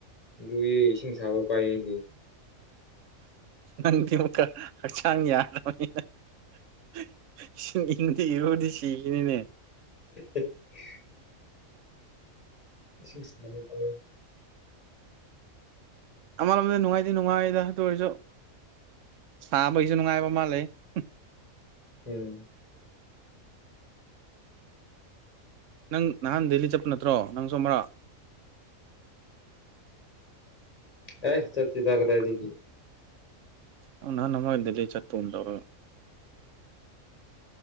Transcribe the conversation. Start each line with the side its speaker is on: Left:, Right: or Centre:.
Left: ꯂꯨꯌꯦ ꯏꯁꯤꯡ ꯁꯥꯕ ꯄꯥꯏꯌꯦ ꯑꯩꯗꯤ
Right: ꯅꯪꯗꯤ ꯑꯃꯨꯛꯀ ꯍꯛꯆꯥꯡ ꯌꯥꯗꯕꯅꯤꯅ ꯍꯍ ꯁꯤꯡꯗꯤ ꯏꯪꯗꯤ ꯢꯔꯨꯗꯤ ꯁꯤꯈꯤꯅꯤꯅꯦ
Left: <unintelligible> ꯏꯁꯤꯡ ꯁꯥꯕ ꯇꯧꯋꯦ
Right: ꯑꯃꯥꯔꯣꯝꯗ ꯅꯨꯡꯉꯥꯏꯗꯤ ꯅꯨꯡꯉꯥꯏꯗ ꯑꯗꯨ ꯑꯣꯏꯔꯁꯨ ꯁꯥꯕꯒꯤꯁꯨ ꯅꯨꯡꯉꯥꯏꯕ ꯑꯃ ꯂꯩ ꯍꯝ
Left: <unintelligible>
Right: ꯅꯪ ꯅꯍꯥꯟ ꯗꯦꯜꯂꯤ ꯆꯠꯄ ꯅꯠꯇ꯭ꯔꯣ ꯅꯪꯁꯨ ꯑꯃꯔꯛ
Left: ꯑꯦ ꯆꯠꯇꯦꯗ ꯀꯗꯥꯢꯗꯒꯤ
Right: ꯑꯥ ꯅꯍꯥꯟ ꯑꯃ ꯗꯦꯜꯂꯤ ꯆꯠꯄꯒꯨꯝ ꯇꯧꯋꯦ